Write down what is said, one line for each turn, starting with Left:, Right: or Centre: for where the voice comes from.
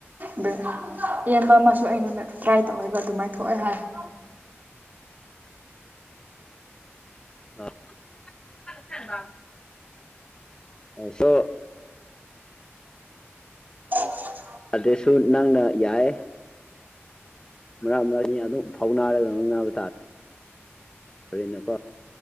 Right: ꯕ꯭ꯔꯦ ꯏꯌꯥꯝꯕ ꯑꯃꯁꯨ ꯑꯩꯉꯣꯟꯗ ꯇ꯭ꯔꯥꯏ ꯇꯧꯋꯦꯕ ꯑꯗꯨꯃꯥꯏꯅ ꯊꯣꯛꯑꯦ ꯍꯥꯏ <unintelligible>
Left: ꯑ ꯁꯣ
Right: <unintelligible>
Left: ꯑꯗꯨꯁꯨ ꯅꯪꯅ ꯌꯥꯏ ꯃꯔꯛ ꯃꯔꯛ ꯃꯤ ꯑꯗꯨꯝ ꯐꯥꯎ ꯅꯥꯔꯒ ꯉꯥꯡꯅꯕ ꯇꯥꯔꯦ <unintelligible> ꯀꯣ